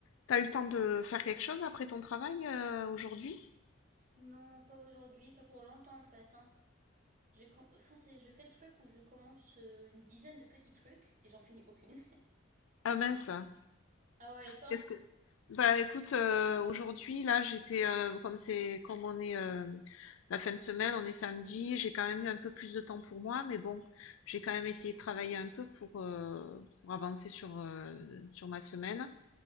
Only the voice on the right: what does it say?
Non, pas aujourd'hui, pas pour longtemps en fait. hein. com- Enfin, c'est- je fais le truc où je commence euh, une dizaine de petits trucs et j'en finis aucune. <laughs>
Ah ouais, et toi?